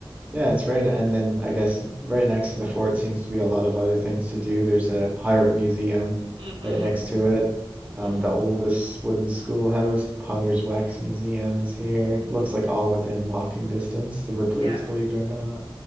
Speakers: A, on the right; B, on the right.
A: yeah, it's right. And then I guess right next to the fort seems to be a lot of other things to do. There's a pirate museum
B: Mm-hmm.
A: right next to it.
B: Mm-hmm.
A: Um, the oldest wooden schoolhouse, the Potter's Wax Museum is here. It looks like all within walking distance, the Ripley's,
B: Yeah.
A: believe it or not.